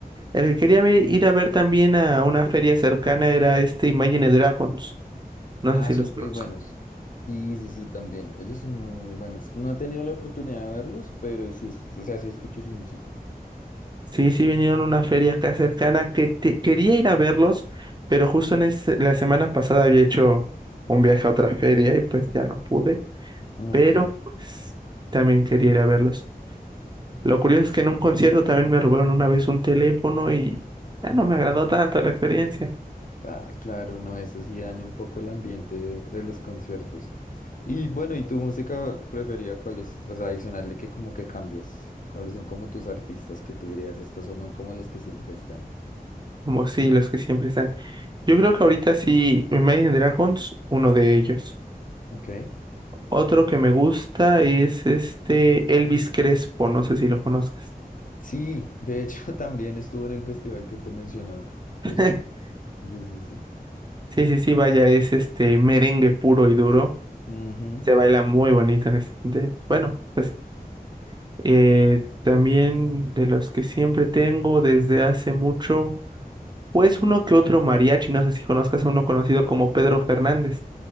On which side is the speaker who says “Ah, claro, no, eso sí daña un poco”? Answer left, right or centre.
Left